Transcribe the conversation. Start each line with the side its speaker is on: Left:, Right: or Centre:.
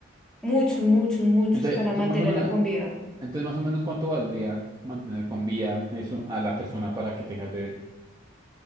Centre: muchos, muchos, muchos
Right: Entonces,
Centre: para
Right: tú
Centre: mantenerla
Right: más o menos,
Centre: con vida.
Right: entonces, más o menos, ¿cuánto valdría mantener con vida eso a la persona para que tenga el bebé?